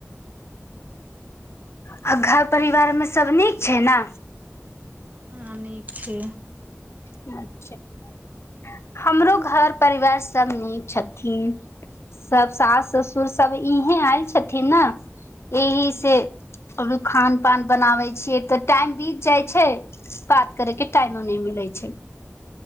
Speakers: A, on the left (about 60°); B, on the right (about 35°).
A: आ घर परिवार मे सब नीक छै न
B: आहँ नीक छी
A: <unintelligible> हमरो घर परिवार सब नीक छथिन सब सास ससुर सब इहें आयल छथिन ने एहि
B: हँ
A: से अभी खान पान बनाबे छियै तऽ टाइम बीत जाइ छै पात करैके टाइमो नै मिलै छै